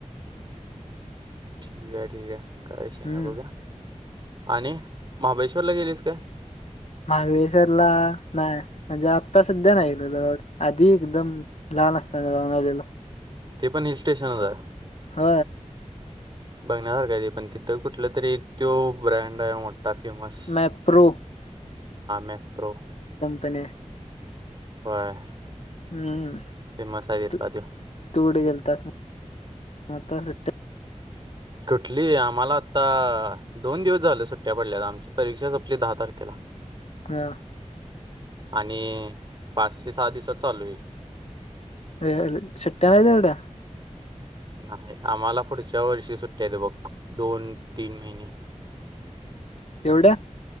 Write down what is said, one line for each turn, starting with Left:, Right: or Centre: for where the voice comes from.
Right: ठीक आहे ठीक आहे कायश नाही
Left: हम्म
Right: बोघ आणि महाबळेश्वरला गेलीस का
Left: महाबळेश्वरला नाही म्हणजे आत्ता सध्या नाहीलं आधी एकदम लहान असताना जाऊन आलेलो
Right: ते पण हिल स्टेशनच आहे
Left: हा
Right: बघण्यासारखं ते पण तिथं कुठलं तरी एक तो ब्रँड आहे मोठ काफी मस्
Left: मॅप्रो
Right: मेप्रो
Left: पणे
Right: होय
Left: हम्म
Right: फेमस आहे तिथला
Left: त
Right: त्यो.
Left: तूड गले मग आता सुट्या
Right: कुठली आम्हाला आता दोन दिवस झाल. सुट्टया पडल्यात आमची परीक्षा संपली दहा तारखेला
Left: हा
Right: आणि पाच ते सहा दिवसात चालू होईल.
Left: अ सुट्टया नाहीत एवढ्या,
Right: नाही आम्हाला पुढच्या वर्षी सुट्टया आहेत बघ दोन, तीन महिने
Left: तेवढ्या